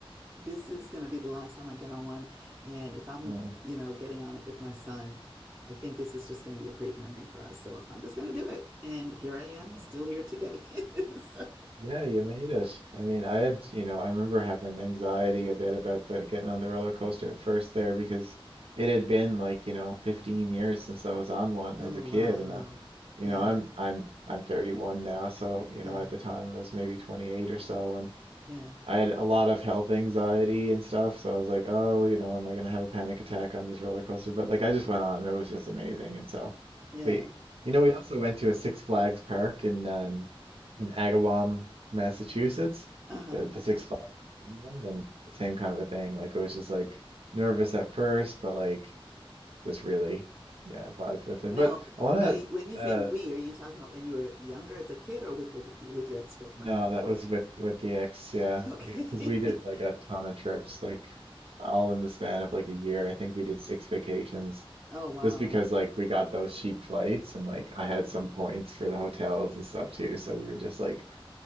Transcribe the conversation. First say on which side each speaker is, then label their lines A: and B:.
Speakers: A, on the right; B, on the right.
A: This is going to be the last time I get on one. And if I'm,
B: Oh,
A: you know, getting on it with my son, I think this is just going to be a great memory for us. So I'm just going to do it. And here I am,
B: yeah.
A: still here today. <laughs> So,
B: Yeah, you made it. I mean, I had, you know, I remember having anxiety a bit about the getting on the roller coaster at first there because it had been like, you know, 15 years since I was on one
A: oh,
B: as a kid
A: wow.
B: and uh, you
A: Yeah,
B: know, I'm I'm I'm 31 now, so, you
A: yeah,
B: know, at the time I was maybe 28 or so
A: yeah,
B: I had a lot of health anxiety and stuff, so I was like, oh, you know, am I gonna have a panic attack on this roller coaster? But like I just went on and it was just amazing. And so
A: yeah.
B: we, you know, we also went to a Six Flags park in um in Agawam, Massachusetts,
A: Uh-huh,
B: the, the
A: uh-huh.
B: Six Flags in England, and same kind of a thing. Like I was just like nervous at first, but like just really, yeah, vibed with it.
A: Now,
B: But I wanna
A: now, you- when you
B: uh
A: say we, are you talking about when you were younger as a kid or with your with your ex-girlfriend?
B: no, that was with with the ex, yeah,
A: Okay.
B: because we 'cause
A: <laughs>
B: we did like a ton of trips, like all in the span of like a year. I think we did six vacations
A: Oh, wow.
B: just because like we got those cheap flights and like I had
A: Mhm.
B: some points for the hotels and stuff too. So we were just like,